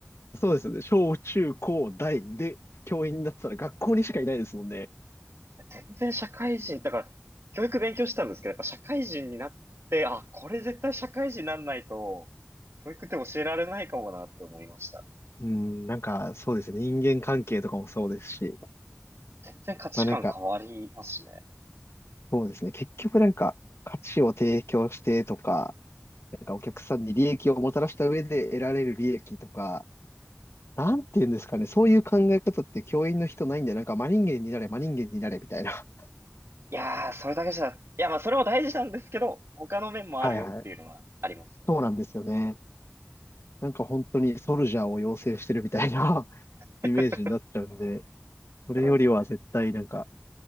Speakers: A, on the left; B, on the right.
A: そうですよね。小中高大で教員になってたら学校にしかいないですもんね。
B: 全然社会人、だから教育勉強したんですけど、やっぱ社会人になって、あ、これ絶対社会人になんないと、教育って教えられないかもなって思いました。
A: うん、なんかそうですね。人間関係とかもそうですし。
B: 全然価値観変わりますしね。
A: まあなんか、そうですね。結局なんか価値を提供してとか、なんかお客さんに利益をもたらした上で得られる利益とか、なんていうんですかね。そういう考え方って教員の人ないんで、なんか真人間になれ、真人間になれみたいな。<laughs>
B: いやー、それだけじゃ、いや、まあ、それも大事なんですけど、他の面もあるよっていうのはありますよね。
A: はいはい。そうなんですよね。なんか本当にソルジャーを養成してるみたいな <laughs>
B: <laughs>
A: イメージになっちゃうんで、それよりは絶対なんか、
B: そうですね。